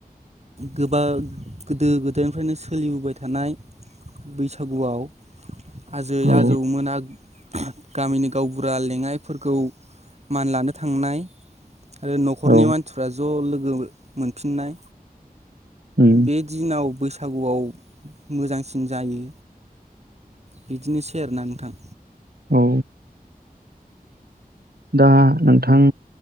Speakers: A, on the right; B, on the right.
A: गोबा गोदो गोदायनिफ्रायनो सोलिबोबाय थानाय बैसागुआव आजै
B: औ
A: आजौमोना गामिनि गावबुरा लेङाइफोरखौ मान लानो थांनाय आरो नखरनि
B: औ
A: मानसिफ्रा ज लोगो गो मोनफिननाय
B: उम
A: बे दिनाव बैसाग सागुआव मोजांसिन जायो। बिदिनोसै आरो ना नोंथां।
B: औ दा नोंथां